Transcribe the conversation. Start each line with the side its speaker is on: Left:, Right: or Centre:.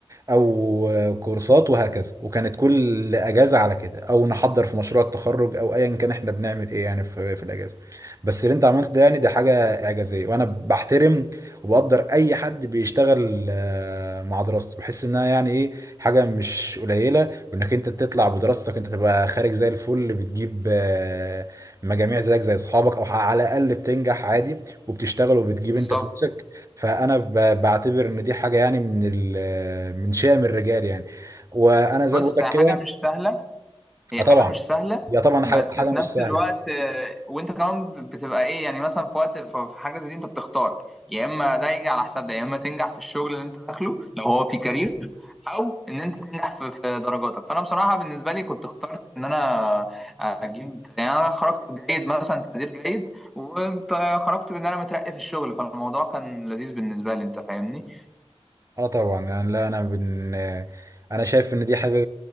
Right: او كورسات وهكذا وكانت كل اجازه على كده او نحضر في مشروع التخرج او ايا كان احنا بنعمل ايه يعني في, في الاجازه بس اللي انت عملته ده يعني ده حاجه اعجازيه وانا بحترم وبقدر اي حد بيشتغل آه، مع دراسته بحس انها يعني ايه حاجه مش قليله وانك انت تطلع بدراستك انت تبقى خارج زي الفل بتجيب آه، مجاميع زيك زي اصحابك او على الاقل بتنجح عادي وبتشتغل وبتجيب
Centre: بالظبط
Right: انت فلوسك فانا ب- بعتبر ان دي حاجه يعني من ال- من شأم الرجال يعني وانا زي
Centre: بص
Right: ما بقول لك
Centre: هي حاجة
Right: كده
Centre: مش سهلة هي
Right: آه طبعا
Centre: حاجة مش سهلة
Right: هي طبعا
Centre: بس
Right: حاجه حاجة
Centre: في
Right: مش
Centre: نفس
Right: سهله
Centre: الوقت آه، وانت كمان بتبقى ايه يعني مثلا في وقت في في حاجة زي دي انت بتختار يا اما ده يجي على حساب ده يا اما تنجح في الشغل اللي انت داخله لو هو في كارير او ان انت تنجح في في درجاتك فانا بصراحه بالنسبه لي كنت اخترت ان انا اجيب يعني انا خرجت جيد مثلا تقدير جيد وخرجت بان انا مترقي في الشغل فالموضوع كان لذيذ بالنسبه لي انت فاهمني
Right: اه طبعا يعني لا انا بن... انا شايف ان دي حاجه